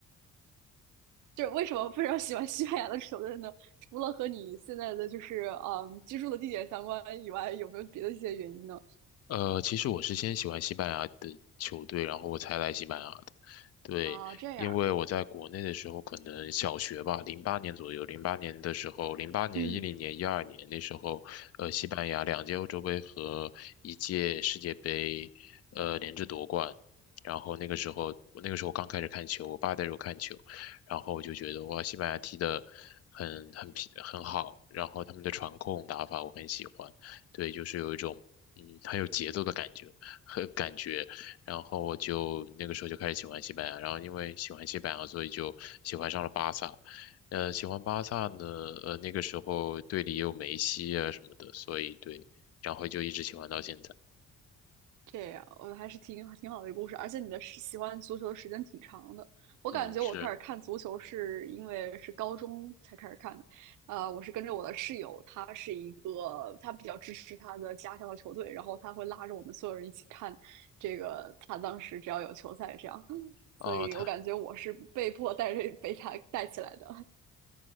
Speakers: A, on the right; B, on the left.
A: <laughs> 就是为什么非常喜欢西班牙的球队呢？除了和你现在的就是嗯居住的地点相关以外，有没有别的一些原因呢？
B: 呃，其实我是先喜欢西班牙的球队，然后我才来西班牙的。对，
A: 啊，这样，
B: 因为我在国内的时候，可能小学吧，零八年左右，零八年的时候，零八年、
A: 嗯。
B: 一零年、一二年那时候，呃，西班牙两届欧洲杯和一届世界杯，呃，连着夺冠。然后那个时候，我那个时候刚开始看球，我爸带着我看球，然后我就觉得哇，西班牙踢的很很皮很好，然后他们的传控打法我很喜欢。对，就是有一种嗯很有节奏的感觉和感觉，然后我就那个时候就开始喜欢西班牙，然后因为喜欢西班牙，所以就喜欢上了巴萨。呃，喜欢巴萨呢，呃，那个时候队里也有梅西啊什么的，所以对，然后就一直喜欢到现在。
A: 这样，我还是挺挺好的一个故事，而且你的时喜欢足球的时间挺长的。我感觉我开始看足球是因为是高中才开始看的，
B: 嗯，是
A: 呃，我是跟着我的室友，他是一个他比较支持他的家乡的球队，然后他会拉着我们所有人一起看这个，他当时只要有球赛这样，<laughs>
B: 啊，
A: 所以我感觉我是被迫带着被他带起来的。
B: 他